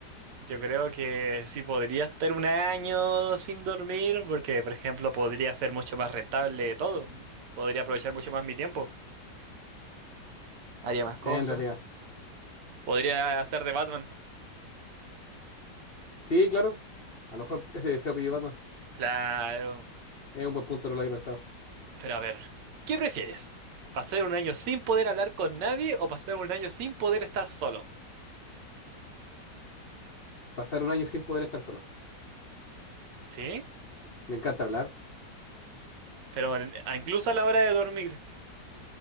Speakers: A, on the right; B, on the left.
A: Yo creo que sí podría estar un año sin dormir, porque, por ejemplo, podría ser mucho más rentable todo. Podría aprovechar mucho más mi tiempo. Haría más cosas.
B: En realidad.
A: Podría hacer de Batman.
B: Sí, claro. A lo mejor ese deseo pidió Batman.
A: Claro.
B: Es un buen punto, no lo había pensado.
A: Pero a ver, ¿qué prefieres? ¿Pasar un año sin poder hablar con nadie o pasar un año sin poder estar solo?
B: Pasar un año sin poder estar solo.
A: Sí,
B: Me encanta hablar.
A: pero en- a- incluso a la hora de dormir.